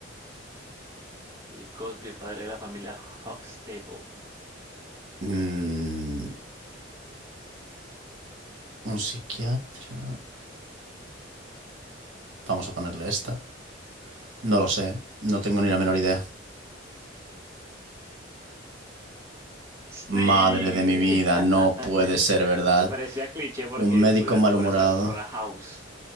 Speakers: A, on the right; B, on the right.
A: El Cosby, el padre de la familia Huxtable.
B: Mm, un psiquiatra. Vamos a ponerle esta. No lo sé. No tengo ni la menor idea.
A: Sí.
B: Madre de
A: <laughs>
B: mi vida, no puede ser verdad.
A: Me parecía cliché porque
B: Un médico
A: podría,
B: malhumorado.
A: podría ser persona House,